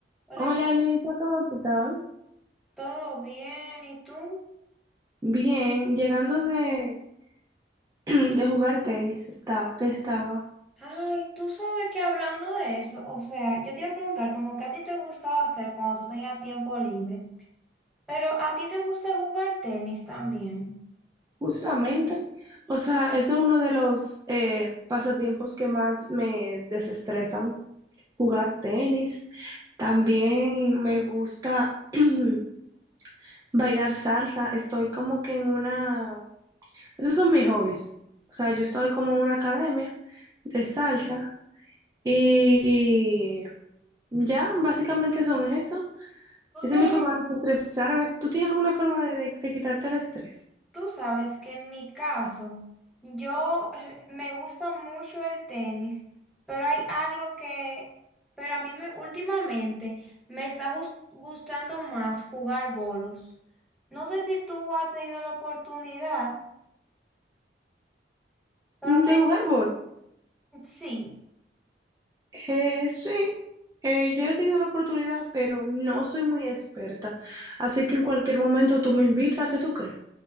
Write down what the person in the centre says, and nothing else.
Hola,
¿todo bien? ¿Y tú?
Ay, tú sabes que hablando de eso, o sea, yo te iba a preguntar como que a ti te gustaba hacer cuando tú tenías tiempo libre, pero a ti te gusta jugar tenis también.
Tú
sabes,
tú sabes que en mi caso, yo eh, me gusta mucho el tenis, pero hay algo que, pero a mí me, últimamente me está jus- gustando más jugar bolos. No sé si tú has tenido la oportunidad. Pero
me
dices
Sí,